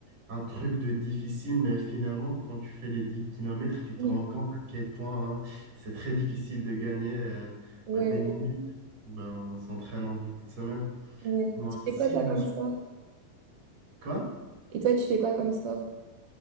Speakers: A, on the right; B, on the right.
A: un truc de difficile, mais finalement, quand tu fais les 10 kilomètres tu te
B: Oui,
A: rends compte à quel point hein, c'est très difficile de gagner euh,
B: ouais,
A: bah, des minutes Bah, en s'entraînant beaucoup de semaines.
B: ouais.
A: Moi
B: Tu
A: aussi,
B: fais quoi, toi,
A: je me
B: comme
A: suis...
B: sport?
A: Quoi?
B: Et toi, tu fais quoi comme sport?